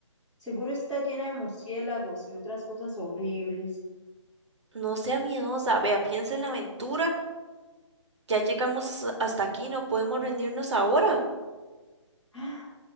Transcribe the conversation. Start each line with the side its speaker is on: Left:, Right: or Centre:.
Centre: Seguro está llena de murciélagos y otras cosas horribles.
Right: No sea miedosa. Vea, piensa en la aventura. Ya llegamos hasta aquí, no podemos rendirnos ahora.
Centre: ¡Ah!